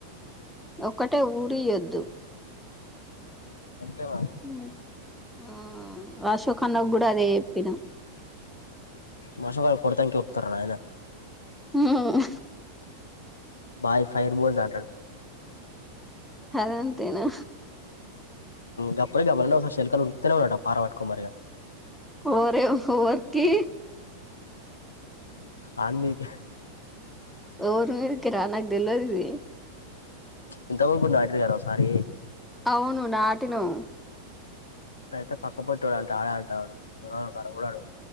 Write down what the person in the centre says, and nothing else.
ఒక్కటే ఊరియొద్దు
ఉమ్ హమ్ అశోక్ అన్నకు కూడా అదే చెప్పినాం
హమ్మ్
అదంతేనా
ఓరే ఓర్కీ
ఓరు మీదికిరా నాకు తెలవదు ఇది
అవును నాటినవు